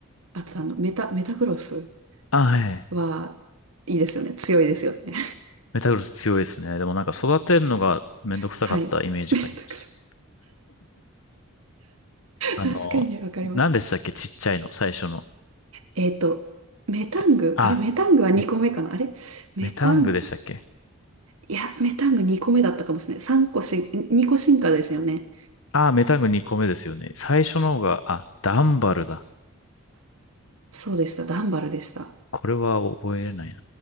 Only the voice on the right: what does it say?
あと、あの、メタ、メタクロス
は、いいですよね。強いですよね。
<laughs> はい。<laughs> メタクソ。
確かにわかります。
えっと、メタング。
あれ、メタングは2個目かなあれメタン、
いや、メタング2個目だったかもしれない。3個し、2個進化ですよね。
そうでした。ダンバルでした。